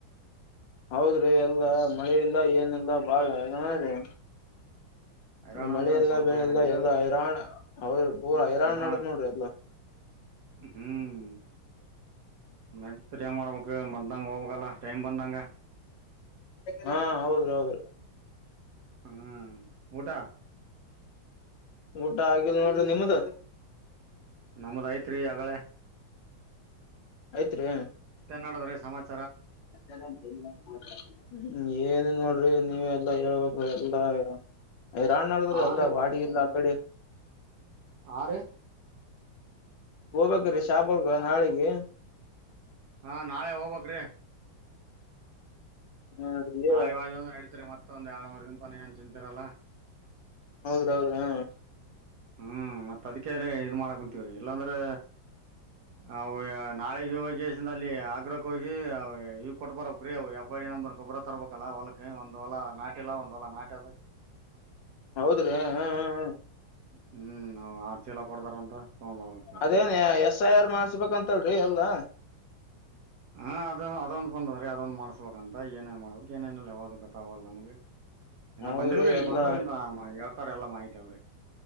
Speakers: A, on the left; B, on the right.
A: ಹೌದ್ರಿ ಎಲ್ಲ ಮಳೆ ಇಲ್ಲ ಏನಿಲ್ಲ ಬಾಳನ್ನೀ
B: ಹೈರಾಣ
A: ಮಳೆಲ್ಲ
B: ಅಂದ್ರ ಸ್ವಲ್ಪ
A: ಬೆಳೆಲ್ಲ
B: ಹೈರಾಣ ಇಲ್ರಿ
A: ಎಲ್ಲ ಹೈರಾಣ್ ಅವ ಪೂರ ಹೈರಾಣ್
B: ಹಾ
A: ನಡ್ದೈತಿ ನೋಡ್ರಿ ಎಲ್ಲಾ
B: ಹ್ಮ್ ನಟ್ ಪರಿಯ ಮಾಡ್ಬೇಕು ಮ್ದಂಗ ಹೋಗ್ಬೇಕಲ್ಲ ಟೈಮ್ ಬಂದಂಗ
A: ಹಾ ಹೌದ್ರ ಹೌದ್ರ
B: ಹ್ಮ್ ಊಟಾ.
A: ಊಟ ಆಗಿಲ್ ನೋಡ್ರಿ ನಿಮ್ಮ್ದ.
B: ನಮದ ಐತ್ರಿ ಆಗಲೇ.
A: ಆಯ್ತ್ರಿ.
B: ನಡೆದ್ರೆ ಸಮಾಜ.
A: ಅತ್ತಲ್ಲ ಮಾತ್ರ <inaudible> ಹ್ಮ ಏನಿಲ್ಲ ನೋಡ್ರಿ ನೀವ ಎಲ್ಲಾ ಹೇಳ್ಬೇಕ ಎಲ್ಲಾ ಇ. ರಾಣ ನಡದದ
B: ಹಾ
A: ಎಲ್ಲ ಬಾಡಿ ಇಲ್ಲ ಆ ಕಡೆ.
B: ಆ ರಿ.
A: ಹೋಗ್ಬೇಕ್ರೀ ಶಾಪಗ್ ನಾಳಿಗೆ.
B: ಹಾ ನಾಳೆ ಹೋಗ್ಬೇಕ್ರೀ.
A: ಹೌದ್ರಿ
B: ನಾಳೆ ವ ಹಡ್ತೀರಿ ಮತ್ತೊಂದ ಎಳ್ ಮೂರು ದಿನ ತಾನ ಏನ್ ಚಿಂತಿರಲ್ಲಾ.
A: ಹೌದು ಹೌದು ಹೂ.
B: ಹ್ಮ್ ಮತ್ತ್ ಅದಕ್ಕೆ ಇದ ಮಾಡಕ ಕುಂತೀವ್ರಿ ಇಲ್ಲಾಂದ್ರೆ ಅವು. ನಾಳೆ ಯ ವಕೇಶನ್ದಲ್ಲಿ ಆಗ್ರಹಕ್ಕೆ ಹೋಗಿ ಇವು ಕೊಟ್ಟು ಬರ ಬೇಕ್ರಿ ಎಫ್ ಐ ಡಿ ನಂಬರ್ ಕೊಬರ ತರ್ಬೇಕಲ್ಲ ಹೊಲಕ್ಕೆ. ಒಂದು ವಲಾ ನಟೆಲ್ಲಾ ಒಂದ ವಲಾ ನಾಟ್ ಅದ.
A: ಹೌದ್ರಿ ಹ್ಮ್ ಹ.
B: ಹ್ಮ್ ನಾವು ಆರು ಚೀಲ ಕೊಡ್ತಾರ ಅಂತ ತಗೊಂಡ್ ಬರ್ಬೇಕು.
A: ಅದೇನ್ ಎಸ್ ಐ ಆರ್ ಮಾಡ್ಸ್ಬೇಕಂತಲ್ರಿ ಎಲ್ಲಾ
B: ಹಾ ಅದ ಅದೊಂದು ಬಂದಂದ್ರಿ ಅದೊಂದ್ ಮಾಡ್ಸ್ಬೇಕಂತ ಏನೇನ್ ಮಾಡಬೇಕ. ಏನೇನಲ್ಲ ಯಾವದ ಗೊತ್ತಾಗಲ್ಲ ನಮಗೆ ಏನ
A: ಹೌದ್ರಿ
B: ಬಂದಿಲ್ರಿ ಇಲ್ಲಿ
A: ಎಲ್ಲಾ
B: ಬಂದಾಗ ಹೇಳ್ತಾರ ಎಲ್ಲಾ ಮಾಹಿತಿ. ತ್ತವ್ರೆ.